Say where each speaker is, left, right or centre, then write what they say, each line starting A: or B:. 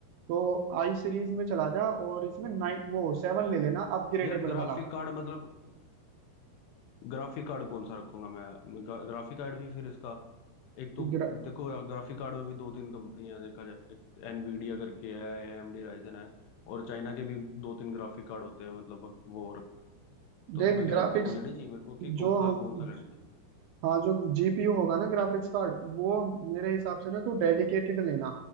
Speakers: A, on the right; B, on the left.
A: तो आई सीरीज में चला जा और इसमें नाइन वो सेवन ले लेना अपग्रेडेबल
B: यार ग्राफिक
A: वाला
B: कार्ड मतलब ग्राफिक कार्ड कौन सा रखूंगा मैं ग्रा, ग्राफिक कार्ड भी फिर इसका एक तो
A: ग्रा,
B: देखो ग्राफिक कार्ड में भी दो तीन कंपनियां देखा जाए एक एनवीडिया करके है एएमडी राइजन है और चाइना के भी दो तीन ग्राफिक कार्ड होते हैं मतलब वो और तो
A: देख
B: तुम्हें क्या
A: ग्राफिक्स
B: लगता है वो लेनी चाहिए मेरे को कि
A: जो
B: कौन सा
A: हम
B: कौन सा लेना चाहिए
A: हाँ जो जीपीयू होगा ना ग्राफिक्स कार्ड वो मेरे हिसाब से ना तो डेडिकेटेड लेना